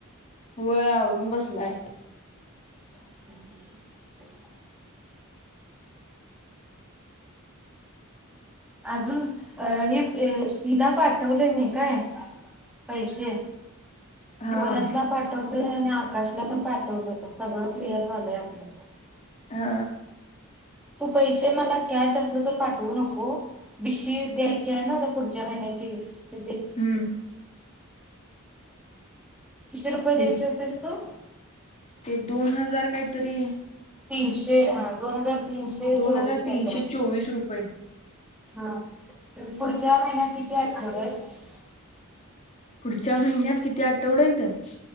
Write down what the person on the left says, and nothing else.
होय आवरून बसलाय
हा.
हा
हम्म
ते
ते दोन हजार काहीतरी
दोन
हजार
तीनशे
चोवीस रुपये.
पुढच्या महिन्यात किती आठवडे येत्यात